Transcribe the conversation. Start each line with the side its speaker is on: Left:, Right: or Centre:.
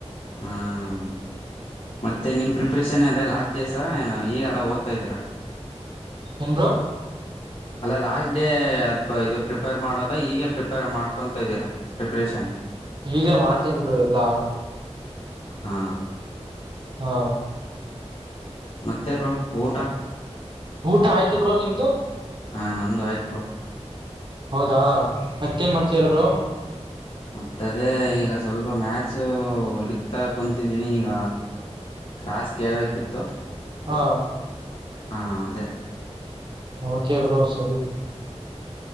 Left: ಹಾಂ ಮತ್ತೆ ನಿಮ್ಮ ಪ್ರಿಪ್ರೇಷನ್ ಅದೆ ಲಾಸ್ಟ್ ಡೇ ಸ ಏನ ಈಗಲ್ಲ ಓದ್ತಾ ಇದ್ದೀರಾ
Right: ಎಂನ್ ಬ್ರೋ
Left: ಅಲ್ಲ ಲಾಸ್ಟ್ ಡೇ ಅದು ಇದು ಪ್ರಿಪೇರ್ ಮಾಡೋದ ಈಗ ಪ್ರಿಪೇರ್ ಮಾಡ್ಕೊತ ಇದ್ದೀರಾ ಪ್ರಿಪ್ರೇಷನ್
Right: ಈಗ್ಲೇ ಮಾಡ್ತೇನ್ ಬ್ರೋ ಎಲ್ಲಾ
Left: ಹಾ
Right: ಹಾ
Left: ಮತ್ತೆ ಬ್ರೋ ಊಟ
Right: ಊಟ ಆಯ್ತು ಬ್ರೋ ನಿಮ್ದು
Left: ಹಾಂ ನಮದುು ಆಯ್ತು ಬ್ರೋ
Right: ಹೌದಾ ಮತ್ತೇನ್ ಮಾಡ್ತಾರ ಬ್ರೋ
Left: ಮತ್ತ ಅದೇ ಈಗ ಸ್ವಲ್ಪ ಮ್ಯಾಥ್ಸು ಹಿಡ್ಕ್ತಾ ಕುಂತಿದ್ದೀನಿ ಈಗ ಕ್ಲಾಸ್ ಕೇೇಳಬೇಕಿತ್ತು
Right: ಹಾ
Left: ಹಾ ಅದೇ
Right: ಹ ಚೆ ಬ್ರ ಸರಿ